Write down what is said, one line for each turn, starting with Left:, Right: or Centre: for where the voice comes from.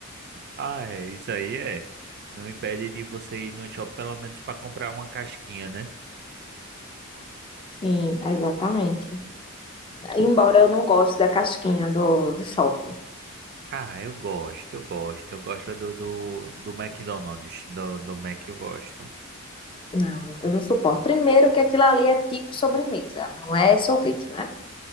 Right: ah, é, isso aí é. Não impede de você ir no shopping pelo menos pra comprar uma casquinha, né?
Left: Sim, exatamente. Embora eu não goste da casquinha do, do shopping.
Right: Ah, eu gosto, eu gosto. Eu gosto do, do, do McDonald's, do, do Mac eu gosto.
Left: Não, eu não suporto. Primeiro que aquilo ali é tipo sobremesa, não é sorvete, né?